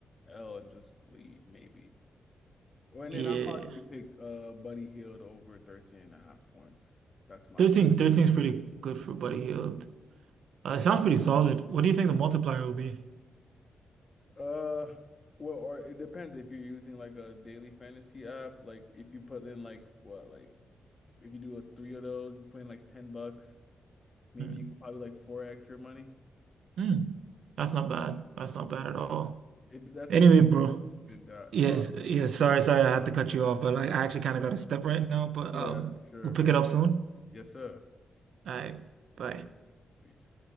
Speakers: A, on the left; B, on the right.
A: L and just leave, maybe. Or and
B: yeah.
A: then I'll probably pick uh Buddy Hield over 13 and a half points. That's my
B: 13, 13 is pretty good for Buddy Hield. Uh,
A: yeah.
B: it sounds pretty solid. What do you think the multiplier will be?
A: Uh well, or it depends if you're using like a daily fantasy app, like if you put in like what, like If you do like three of those, you're putting like 10 bucks. Maybe
B: Mm.
A: you could probably like four extra money.
B: Mm. That's not bad. That's not bad at all.
A: If that's
B: Anyway,
A: if you
B: bro.
A: did that.
B: Yes,
A: Uh,
B: yes, sorry, sorry, I had to cut you off, but like I actually kind of got a step right now, but
A: yeah,
B: um
A: for sure,
B: we'll pick
A: brother.
B: it up soon.
A: Yes, sir.
B: All right, bye.
A: Peace.